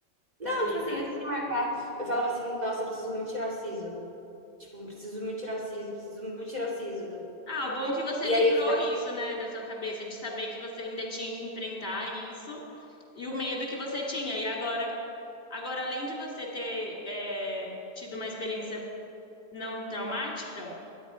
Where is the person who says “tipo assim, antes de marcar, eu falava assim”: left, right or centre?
Right